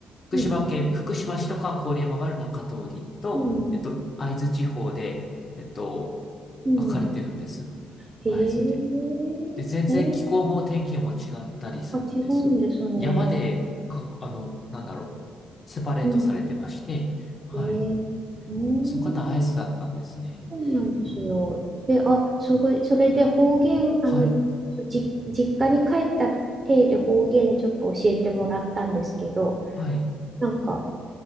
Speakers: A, on the left (about 40°); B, on the right (about 30°).
A: 福島県、
B: うんうん。
A: 福島市とか郡山がある中通りと、
B: うん。
A: えっと、会津地方で、えっと、
B: うん。
A: 分かれてるんです。
B: えええ、
A: 会津で。で、全然気候も天気も違ったりするんです。
B: あ、違うんですね。
A: 山で、か、あの、なんだろう、セパレートされてまして、
B: うん。
A: はい。
B: えー、うーん、
A: その方アイスだったんですね。
B: そうなんですよ。
A: うん。
B: で、あ、すごい、それで方言、あの、
A: はい。
B: じ、実家に帰った体で方言ちょっと教えてもらったんですけど、
A: はい。
B: なんか、